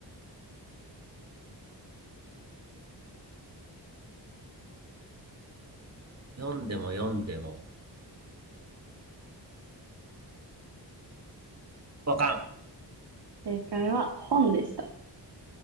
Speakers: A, on the right (about 35°); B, on the right (about 65°).
A: 読んでも読んでも。わかん。
B: 正解は本でした。